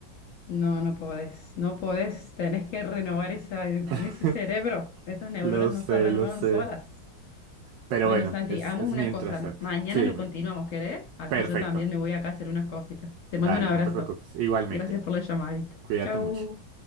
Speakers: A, on the left; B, on the right.
A: No, no podés, no podés, tenés que renovar esa- ese
B: <laughs>
A: cerebro, esas neuronas
B: Lo sé,
A: no se renuevan
B: lo sé.
A: solas.
B: Pero
A: Bueno,
B: bueno,
A: Santi,
B: es,
A: hagamos
B: es
A: una
B: mientras
A: cosa,
B: tanto.
A: mañana
B: Sí, dime.
A: lo continuamos, ¿querés? Así
B: Perfecto.
A: yo también me voy acá a hacer unas cositas. Te
B: Dale,
A: mando un abrazo.
B: no te preocupes. Igualmente.
A: Gracias por la llamadita.
B: Cuídate
A: Chau.
B: mucho.